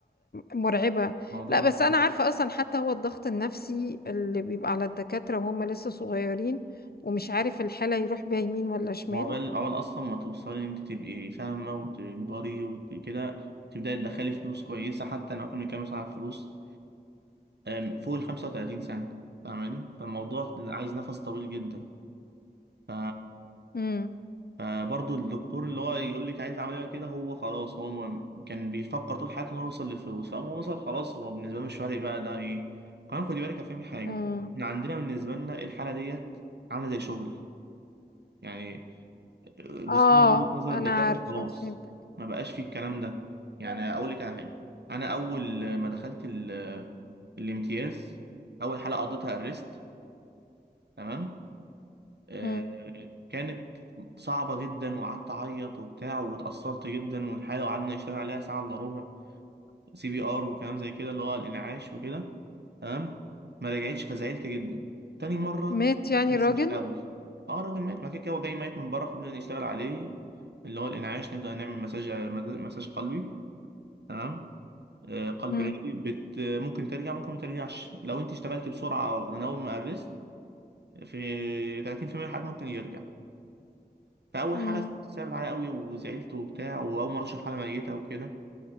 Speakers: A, on the left; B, on the right.
A: مرعبة
B: الموضوع
A: لا
B: مش
A: بس أنا عارفة أصلا حتى هو الضغط النفسي اللي بيبقى على الدكاترة وهم لسه صغيرين ومش عارف الحالة يروح بيها يمين ولا شمال
B: وعقبال عقبال أصلا ما توصلي إن أنت تبقي فاهمة وتكبري وكده تبدأي تدخلي فلوس كويسة حتى لو إحنا بنتكلم مثلا عن فلوس أم، فوق ال 35 سنة فاهماني فالموضوع عايز نفس طويل جدا ف...
A: امم
B: فبرضه الدكتور اللي هو يقول لك عايز عمليه كده هو خلاص هو م... كان بيفكر طول حياته ان هو يوصل للفلوس فاما هو وصل خلاص هو بالنسبه له مش فارق بقى ده ايه كمان خدي بالك يا فهمي حاجه
A: امم
B: احنا عندنا بالنسبه لنا الحاله ديت عامله زي شغل يعني بصينا
A: اه
B: من وجهه نظر
A: أنا
B: الدكاتره
A: عارفة
B: خلاص
A: فهمتك
B: ما بقاش فيه الكلام ده يعني اقول لك على حاجه انا اول ما دخلت ال... الامتياز اول حاله قضيتها الريست تمام آه،
A: امم
B: كانت صعبة جدا وقعدت أعيط وبتاع واتأثرت جدا والحالة وقعدنا نشتغل عليها ساعة إلا ربع سي بي آر وكلام زي كده اللي هو الإنعاش وكده تمام ما رجعتش فزعلت جدا تاني مرة
A: مات
B: زعلت
A: يعني
B: بس
A: الراجل
B: مش قوي اه الراجل مات ما كده كده هو جاي ميت من بره فبنبدأ نشتغل عليه اللي هو الإنعاش نبدأ نعمل مساج مساج قلبي تمام آه، قلب
A: امم
B: رئوي بت... ممكن ترجع ممكن ما ترجعش لو انت اشتغلت بسرعة من أول ما قرست في 30% من الحالات ممكن يرجع فاول
A: امم
B: حاله صعبت عليا قوي وزعلت وبتاع واول مره اشوف حاله ميته وكده